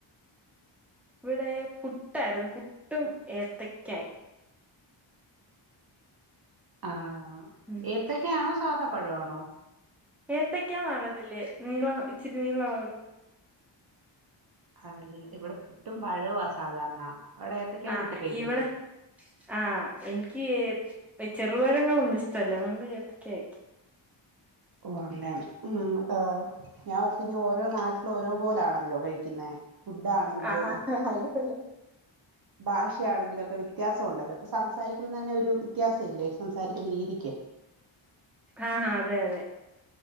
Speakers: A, in the centre; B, on the right.
A: ഇവിടെ പുട്ടായിരുന്നു പുട്ടും ഏത്തക്കായി
B: ആഹ്
A: ഉം
B: ഏത്തൊക്കൊണോ സാധാപ്പഴമാണോ
A: ഏത്തക്കാ പറയതില്ലേ നീള ഇച്ചിരി നീളള വരോ
B: അല്ല ഇവിടെ പുട്ടും പഴവും ആ സാധാരണ അവിടെ ഏത്തക്കാ
A: ആ
B: കൂട്ടി കഴിക്കുവോ
A: ഇവിടെ ആഹ് എനിക്ക് ചെറുപഴങ്ങളെ ഇഷ്ടമല്ല അത് കെണ്ട് എത്തക്കാ കയിക്കും
B: ഓ അങ്ങേന ഉം ഞാൻ ഓർത്ത്നി ഓരോ നാട്ടില ഓരോ പോലാണല്ലോ കഴിക്കുന്നേ ഫുഡ് ആണെങ്കിലും
A: ആഹാ അങ്ങനെയല്ലേ
B: ഭാഷയാണെങ്കിലും ഒക്കെ വ്യത്യാസം ഉണ്ടല്ലോ ഇപ്പൊ സംസാരിക്കുമ്പോൾ തന്നെ ഒരു വ്യത്യാസം ഇല്ലേ സംസാരിക്കുന്ന രീതി
A: ആഹ് ആ അതെ അതെ